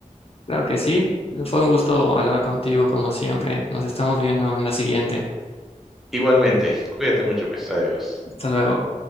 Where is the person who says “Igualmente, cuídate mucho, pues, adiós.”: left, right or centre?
Centre